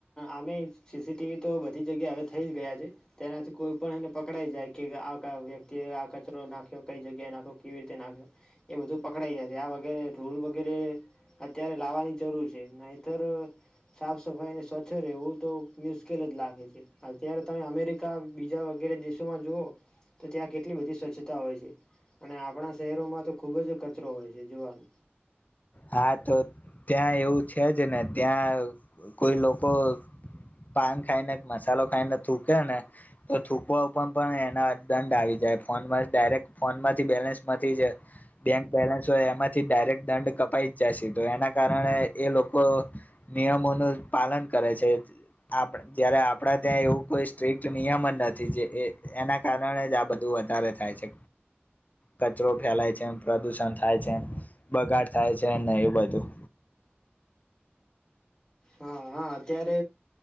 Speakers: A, on the left (about 20°); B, on the left (about 40°).
A: અમે સીસીટીવી તો બધી જગ્યા હવે થઈ જ ગયા છે તેનાથી કોઈ પણણ એને પકડાઈ જાય કે આ વ્યક્તિએ આ કચરો નાખ્યો કઈ જગ્યાએ નાખો કેવી રીતે નાખ્યો એ બધું પકડાઈ જાય છે આ વગરે રૂલ વગેરે હ અત્યારે લાવવાની જરૂર છે નતર સાફ સફાઈ અને સ્વચ્છ રહેવું તો મુશ્કેલ જ લાગે છે અત્યારે તમે અમેરિકા બીજા વગેરે દેશોમાં જુઓ તો ત્યાં કેટલી બધી સ્વચ્છતા હોય છે અને આપણા શહેરોમાં તો ખૂબ જ કચરો હોય છે જોવાનો
B: હા તો ત્યાં એવું છે જ ને ત્યાં કોઈ લોકો પાન ખાઈને મસાલો ખાઈને થૂકે ને તો થૂકવા ઉપર પણ એના દંડ આવી જાય ફોનમાં ડાયરેક્ટ ફોન માંથી બેલેન્સમાંથી જે બેંક બેલેન્સ હોય એમાંથી ડાયરેક્ટ દંડ કપ પ જશે તો એના કારણે એ લોકો નિયમોનું પાલન કરે છે જ્યારે આપણા ત્યાં એવું કોઈ સ્ટ્રીક્ટ નિયમ જ નથી જે એના કારણે જ આ બધું વધારે થાય છે કચરો ફેલાય છે પ્રદુષણ થાય છે બગાડ થાય છે ન એવું બધું
A: હા હા અત્યારે